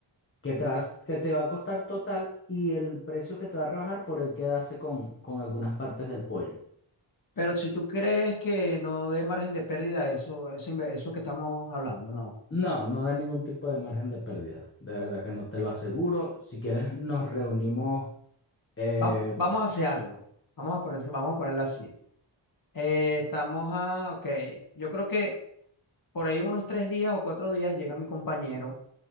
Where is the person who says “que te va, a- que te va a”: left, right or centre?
Left